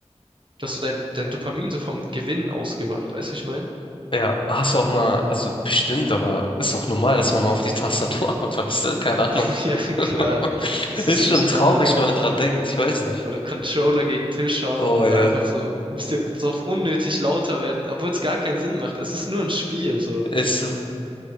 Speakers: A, on the right; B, on the left.
A: Du hast so dein, dein Dopamin so vom Gewinnen ausgemacht, weißt du, ich mein?
B: Ja, hast du auch mal, also bestimmt, aber ist auch normal, dass man mal auf die Tastatur <laughs> haut, weißt du? Keine
A: <laughs>
B: Ahnung.
A: Ja,
B: <laughs>
A: klar. Das
B: Ist
A: ist so
B: schon
A: Standard
B: traurig,
A: oder,
B: wenn man dran denkt. Ich weiß nicht.
A: oder Controller gegen Tisch hauen
B: Oh
A: oder
B: ja,
A: einfach so ein bisschen so auf unnötig lauter werden, obwohl es gar keinen Sinn macht. Es ist nur ein Spiel, so.
B: ist so.